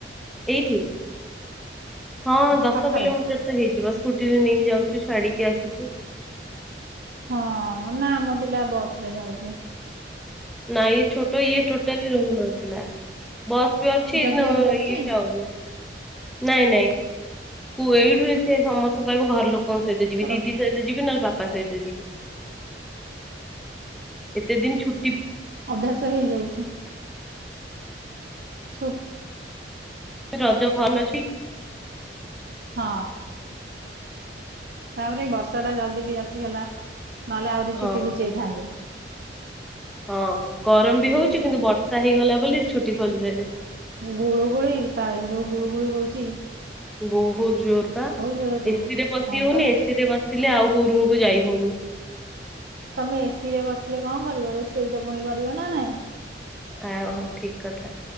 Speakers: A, in the centre; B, on the right.
A: ଏଇଠି? ହଁ ଦଶ
B: ପାଖରେ
A: କିଲୋମିଟର ତ ହେଇଯିବ ସ୍କୁଟିରେ ନେଇକି ଯାଉଛୁ ଛାଡିକି ଆସୁଚୁ।
B: ହଁ ନା ଆମ ପିଲା ବସ ରେ ଯାଉଚି।
A: ନାଇ ଇଏ ଛୋଟ ଇଏ ଟୋଟାଲି ରହୁନଥିଲା। ବସ୍ ବି ଅଛି
B: ଜଗିବାକୁ
A: ନ
B: ପଡୁଛି
A: ଇଏ ଯାଉନାହିଁ। ନାଇଁ ନାଇଁ କୁ ଏଇଠୁ ସେ ସମସ୍ତେ କହିବ ଘର ଲୋକ ଙ୍କ ସହିତ ଯିବି
B: ଚ
A: ଦିଦି ସହିତ ଯିବି ନହେଲେ ବାପା ସହିତ ଯିବି। ଏତେ ଦିନ ଛୁଟି
B: ଅଭ୍ୟାସ ହେଇଯାଇଚି। ଛୁ।
A: ରଜ ଖ ଅଛି?
B: ହଁ। ତାପରେ ଏଇ ବର୍ଷା ଟା ଜଲଦି ବି ଆସିଗଲା ନହେଲେ ଆହୁରି
A: ହଁ
B: ଚୁଟି ଘୁଚେଇଥାନ୍ତି।
A: ହଁ ଗରମ
B: ହଁ
A: ବି ହଉଚି
B: ଚାଲେ।
A: କିନ୍ତୁ ବର୍ଷା ହେଇଗଲା ବୋଲି ଛୁଟି ଖୋଲିଦେଲେ।
B: ଗୁଳୁ ଗୁଳି ପାଇ ଯୋଉ ଗୁଳୁ ଗୁଳି ହଉଚି।
A: ବହୁତ ଜୋର ପା
B: ଜୋରେ ଗୁଳୁ
A: ଏସି ରେ ବସି
B: ହଁ
A: ହଉନି
B: ବା
A: ଏସି ରେ ବସି ଲେ ଆଉ କୋଉ ରୁମକୁୁ ଯାଇ ହଉନି।
B: ତମେ ଏସିି ରେ ବସିଲେ କଣ କରିବ ରୋଷେଇ ତ ପୁଣି କରିବ ନା ନାଇଁ?
A: ଆଉ ହ ଠିକ କଥା।